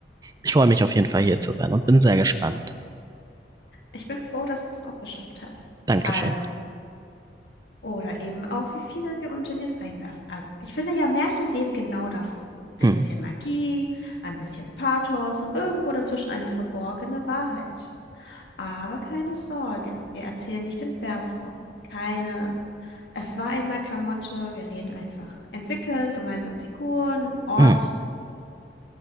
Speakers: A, on the right; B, on the left.
A: Ich freue mich auf jeden Fall hier zu sein und bin sehr gespannt.
B: Ich bin froh, dass du es auch geschafft hast.
A: Dankeschön.
B: Also, oder eben auch, wie viele wir ungeniert reinwerfen. Also, ich finde ja, Märchen leben genau davon. Ein
A: Hm.
B: bisschen Magie, ein bisschen Pathos und irgendwo dazwischen eine verborgene Wahrheit. Aber keine Sorge, wir erzählen nicht in Versform. Keine, es war einmal Klamotte, wir reden einfach. Entwickeln, gemeinsam Figuren, Ort,
A: Hm.